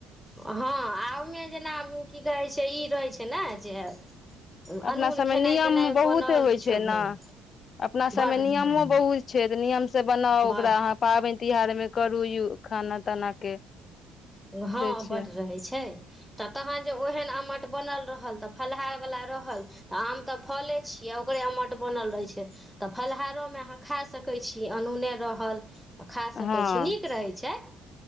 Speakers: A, in the centre; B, on the left.
A: हँ आ ओइमे जेना की कहै छैय ई रहै छैय ने जे
B: अपना
A: अनून
B: सब
A: खेनाइ
B: में नियम
A: तेनाइ
B: बहुत
A: बनल
B: होइ
A: किछो
B: छैय
A: भेल
B: ना अपना सबमे
A: बड्ड
B: नियमो
A: नियम
B: बहुत छैय तऽ नियम से बनाउ ओकरा
A: बड्ड
B: अहाँ पाबैन तिहार मे करू खाना ताना के
A: हँ
B: से छै
A: बड्ड रहै छैय तऽ तहन जे ओहेन अमट बनल रहल तऽ फलाहार वला रहल तऽ आम तऽ फले छी किया ओकरे अमट बनल रहै छैय तऽ फलाहारो में अहाँ खा सकै छी अनूने रहल तऽ खा सकैत
B: हँ
A: छी नीक रहैत छैय